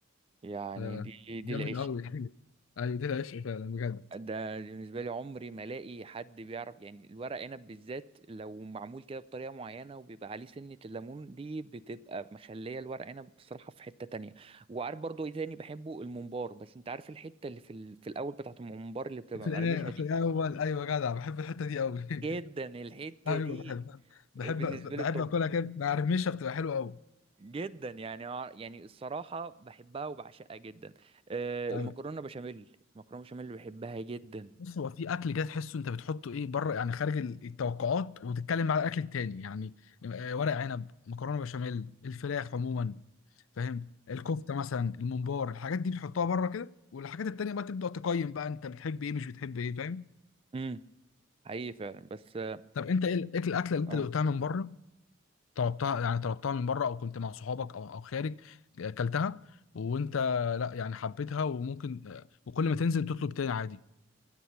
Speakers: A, on the right; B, on the left.
A: يعني
B: آه،
A: دي دي
B: جامد
A: العشق
B: قوي <laughs> ايوه ده العشق فعلا بجد
A: ده بالنسبة لي عمري ما الاقي حد بيعرف يعني الورق عنب بالذات لو معمول كده بطريقة معينة وبيبقى عليه سنة الليمون دي بتبقى مخلية الورق عنب بصراحة في حتة تانية وعارف برضو ايه تاني بحبه الممبار بس انت عارف الحتة اللي في ال... في الاول بتاعة الممبار اللي بتبقى
B: في الايه
A: مقرمشة دي
B: في الاول ايوه جدع بحب الحته دي قوي
A: جدا الحتة
B: <laughs> ايوه
A: دي
B: بحب بحب
A: بالنسبة
B: بحب
A: لي طب
B: اكلها كده مع رميشه بتبقى حلوه قوي
A: جدا يعني ع- يعني الصراحة بحبها وبعشقها جدا آه،
B: ايوه
A: المكرونة بشاميل المكرونة بشاميل بحبها جدا
B: بص هو في اكل كده تحسه انت بتحطه ايه بره يعني خارج ال- التوقعات وتتكلم مع الاكل التاني يعني آه، ورق عنب مكرونه بشاميل الفراخ عموما فاهم الكفته مثلا الممبار الحاجات دي بتحطها بره كده والحاجات التانيه بقى تبدا تقيم بقى انت بتحب ايه مش بتحب ايه فاهم
A: امم حقيقي فعلا بس اه
B: طب انت ايه الاكل الاكله اللي انت
A: آه.
B: دقتها من بره طلبتها يعني طلبتها من بره او كنت مع صحابك او او خارج اكلتها وانت لا يعني حبيتها وممكن وكل ما تنزل تطلب تاني عادي